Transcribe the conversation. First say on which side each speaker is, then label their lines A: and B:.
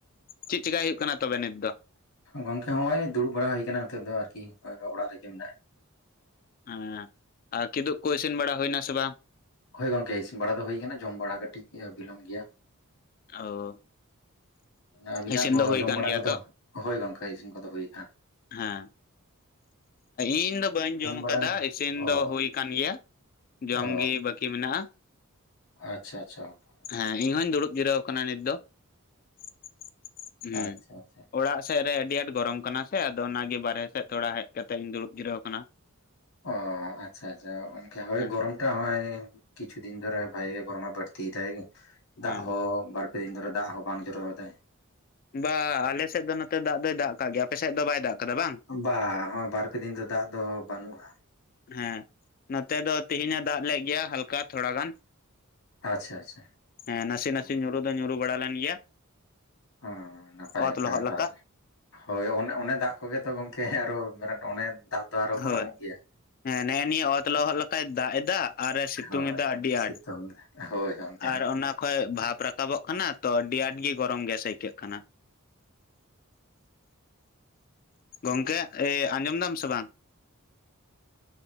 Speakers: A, on the left; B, on the left.
A: ᱪᱮᱫ ᱪᱮᱠᱟᱭ ᱦᱩᱭᱩᱜ ᱠᱟᱱᱟ ᱛᱚᱵᱮ ᱱᱤᱛ ᱫᱚ?
B: ᱜᱚᱝᱠᱮ ᱦᱚᱸᱜ ᱚᱭ ᱫᱩᱲᱩᱵ ᱵᱟᱲᱟ ᱦᱩᱭ ᱠᱟᱱᱟ ᱱᱚᱛᱮ ᱫᱚ ᱟᱨᱠᱤ ᱚᱲᱟᱜ ᱨᱮᱜᱮ ᱢᱮᱱᱟᱜᱼᱟ
A: ᱦᱮᱸ ᱟᱨ ᱠᱤᱫᱩᱜ ᱠᱚ ᱤᱥᱤᱱ ᱵᱟᱲᱟ ᱦᱩᱭᱱᱟ ᱥᱮ ᱵᱟᱝ?
B: ᱦᱳᱭ ᱜᱚᱝᱠᱮ᱾ ᱤᱥᱤᱱ ᱵᱟᱲᱟ ᱫᱚ ᱦᱳᱭᱠ ᱡᱚᱢ ᱵᱟᱲᱟ ᱠᱟᱹᱴᱤᱡ ᱵᱤᱞᱚᱢ ᱜᱮᱭᱟ᱾
A: ᱚ
B: ᱟᱹᱵᱤᱱᱟᱜ
A: ᱤᱥᱤᱱ
B: ᱠᱚ
A: ᱫᱚ ᱦᱩᱭ
B: ᱡᱚᱢ
A: ᱠᱟᱱ
B: ᱵᱟᱲᱟ
A: ᱜᱮᱭᱟ
B: ᱠᱚᱫᱚ᱾
A: ᱛᱚ
B: ᱦᱳᱭ ᱜᱚᱝᱠᱮ ᱤᱥᱤᱱ ᱠᱚᱫᱚ ᱦᱩᱭ ᱟᱠᱟᱱᱟ
A: ᱦᱮᱸ᱾ ᱤᱧ ᱫᱚ ᱵᱟᱹᱧ ᱡᱚᱢ ᱟᱠᱟᱫᱟ,
B: ᱵᱟᱲᱟ ᱠᱟᱫᱟ
A: ᱤᱥᱤᱱ
B: ᱚ
A: ᱫᱚ ᱦᱩᱭ ᱟᱠᱟᱱ ᱜᱮᱭᱟ᱾ ᱡᱚᱢᱜᱤ
B: ᱚ
A: ᱵᱟᱹᱠᱤ ᱢᱮᱱᱟᱜᱼᱟ
B: ᱟᱪᱪᱷᱟ ᱟᱪᱪᱷᱟ ᱜᱚᱝᱠᱮ
A: ᱦᱮᱸ ᱤᱧ ᱦᱚᱧ ᱫᱩᱲᱩᱵ ᱡᱤᱨᱟᱹᱣ ᱟᱠᱟᱱᱟ ᱱᱤᱛ ᱫᱚ᱾ᱦᱩᱸ
B: ᱟᱪᱪᱷᱟ ᱟᱪᱪᱷᱟ
A: ᱚᱲᱟᱜ ᱥᱮᱜ ᱨᱮ ᱟᱹᱰᱤ ᱟᱸᱴ ᱜᱚᱨᱚᱢ ᱠᱟᱱᱟ ᱥᱮ ᱟᱫᱚ ᱚᱱᱟᱜᱮ ᱵᱟᱨᱦᱮ ᱥᱮᱫ ᱛᱷᱚᱲᱟ ᱦᱮᱡ ᱠᱟᱛᱮ ᱤᱧ ᱫᱩᱲᱩᱵ ᱜᱤᱨᱟᱹᱣ ᱟᱠᱟᱱᱟ᱾
B: ᱚᱻ ᱟᱪᱪᱷᱟ ᱟᱪᱪᱷᱟ ᱚᱱᱠ ᱦᱳᱭ
A: ᱦᱮᱸ
B: ᱜᱚᱨᱚᱢ ᱠᱤᱪᱷᱩ ᱫᱤᱱ ᱫᱷᱚᱨ ᱵᱷᱟᱜᱮ ᱜᱚᱨᱚᱢ ᱵᱟᱹᱲᱛᱤ ᱫᱟᱭ, ᱫᱟᱜ
A: ᱦᱮᱸ
B: ᱦᱚᱸ ᱵᱟᱨ ᱠᱚᱫᱤᱱ ᱫᱷᱚᱨᱮ ᱫᱟᱜ ᱦᱚᱸ ᱵᱟᱝ ᱡᱚᱨᱚ ᱟᱫᱟᱭ
A: ᱵᱟ ᱟᱞᱮᱥᱮᱫ ᱫᱚ ᱱᱚᱛᱮ ᱫᱟᱜ ᱫᱚᱭ ᱫᱟᱜ ᱠᱟᱜ ᱜᱮᱭᱟ᱾ ᱟᱯᱮᱥᱮᱫ ᱫᱚ ᱵᱟᱭ ᱫᱟᱜ ᱟᱠᱟᱫᱟ ᱵᱟᱝ?
B: ᱵᱟ ᱦᱚᱸᱜ ᱵᱟᱨ ᱯᱮ ᱫᱤᱱ ᱫᱚ ᱫᱟᱜ ᱫᱚ ᱵᱟᱹᱱᱩᱜᱼᱟ
A: ᱦᱮᱸ ᱱᱚᱛᱮ ᱫᱚ ᱛᱮᱦᱤᱧ ᱮ ᱫᱟᱜ ᱞᱮᱫ ᱜᱮᱭᱟ ᱦᱟᱞᱠᱟ ᱛᱷᱚᱲᱟ ᱜᱟᱱ
B: ᱟᱪᱪᱷᱟ ᱟᱪᱪᱷᱟ
A: ᱦᱮᱸ ᱱᱟᱥᱮ
B: ᱚ
A: ᱱᱟᱥᱮ ᱧᱩᱨᱩ ᱫᱚ ᱧᱩᱨᱩ ᱵᱟᱲᱟ ᱞᱮᱱ ᱜᱮᱭᱟ
B: ᱚ ᱱᱟᱯᱟᱭ
A: ᱚᱛ
B: ᱠᱟᱛᱷᱟ
A: ᱞᱚᱦᱚᱫ
B: ᱜᱮ
A: ᱞᱮᱠᱟ
B: ᱛᱟᱦᱚᱞᱮ ᱦᱳᱭ ᱚᱱᱮ ᱚᱱᱮ ᱫᱟᱜ ᱠᱚᱜᱮ ᱛᱚ ᱜᱚᱝᱠᱮ ᱟᱨᱚ ᱚᱱᱮ ᱫᱟᱜ ᱫᱚ ᱟᱨᱚ
A: ᱦᱳᱭ
B: ᱜᱚᱨᱚᱢᱚᱜ ᱜᱮᱭᱟ᱾
A: ᱦᱮᱸ ᱱᱮᱜ ᱮ ᱱᱤᱭᱟᱹ ᱚᱛ ᱞᱚᱦᱚᱫ ᱞᱮᱠᱟᱭ ᱫᱟᱜ ᱮᱫᱟ ᱟᱨᱮ ᱥᱤᱛᱩᱝ
B: ᱦᱳᱭ
A: ᱮᱫᱟ ᱟᱹᱰᱤ
B: ᱥᱤᱛᱩᱝ
A: ᱟᱸᱴ
B: ᱦᱳᱭ ᱦᱳᱭ ᱜᱚᱝᱠᱮ
A: ᱟᱨ
B: ᱦᱳᱭ
A: ᱚᱱᱟ ᱠᱚᱭ ᱵᱷᱟᱵᱽ ᱨᱟᱠᱟᱵ ᱛᱟᱵᱚᱜ ᱠᱟᱱᱟ ᱛᱚ᱾ ᱟᱹᱰᱤ ᱟᱸᱴ ᱜᱮ ᱜᱚᱨᱚᱢ ᱜᱮᱥ ᱟᱹᱭᱠᱟᱹᱜ ᱠᱟᱱᱟ᱾ ᱜᱚᱝᱠᱮ ᱮ ᱟᱸᱡᱚᱢ ᱫᱟᱢ ᱥᱮ ᱵᱟᱝ